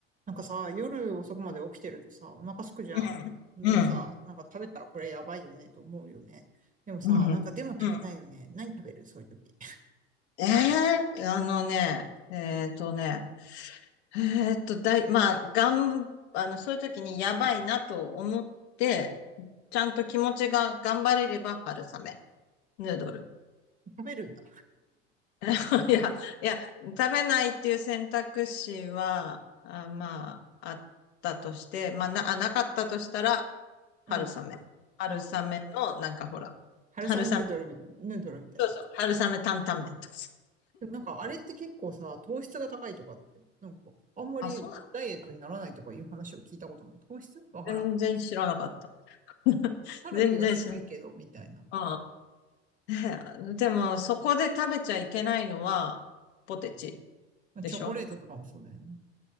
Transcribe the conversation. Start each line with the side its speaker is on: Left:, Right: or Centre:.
Right: なんかさ、夜遅くまで起きてるとさ、お腹空くじゃん。
Left: うん、
Right: でもさ、
Left: うん、
Right: なんか食べたらこれやばいよねと思うよね。でもさ、
Left: うん、
Right: なんかでも食べたいよね。
Left: うん。
Right: 何食べるそういう時。<laughs>
Left: ええあのね、えっとね、えっと、だい、まあ、がん、あの、そういう時にやばいなと思って、ちゃんと気持ちが頑張れれば春雨、ヌードル。
Right: 食べるんだ。
Left: <laughs> いや、いや、食べないっていう選択肢は、あ、まあ、あったとして、まあ、な、あ、なかったとしたら、春雨。
Right: うん。うん。
Left: 春雨の、
Right: は
Left: なんかほら、
Right: 春雨ヌードルみ、
Left: 春雨、
Right: ヌードルみたいなやつ。
Left: そうそう、春雨担々麺とかさ。
Right: でもなんかあれって結構さ、糖質が高いとかって、なんかあんまりダイエットにならないとかいう話を聞いたことない。
Left: あ、そ
Right: 糖質わからん。
Left: 全然知らなかった。<laughs>
Right: カロリーは低いけど、
Left: 全然知らなかっ
Right: みたいな。
Left: た <laughs>。ああ。でも、そこで食べちゃいけないのは、ポテチ
Right: まあチョコレートとかもそうだよね。
Left: でしょチョ